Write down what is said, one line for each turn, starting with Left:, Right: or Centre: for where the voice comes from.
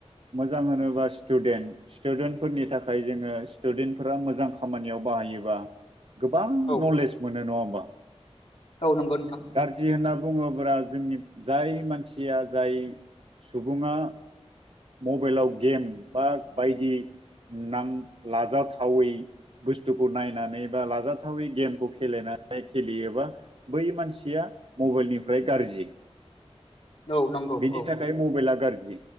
Right: मोजां होनोबा स्टुडेन्ट स्टुडेन्टफोरनि थाखाय जोङो स्टुडेन्टफोरा मोजां खामानियाव बाहायो योबा गोबां
Left: औ
Right: नलेज मोनो नङा होमबा
Left: औ नंगौ नोंथां
Right: गाज्रि होनना बुङोब्ला जोंनि जाय मानसिया जाय सुबुङा मबाइलाव गेम बा बायदि नां लाजाथावै बुस्थुखौ नायनानै बा लाजाथावै गेमखौे खेलेनानै खेलेयोबा बै मानसिया मबाइलनिफ्राय गाज्रि
Left: औ नंगौ
Right: बिनि
Left: औ
Right: थाखाय मबाइला गाज्रि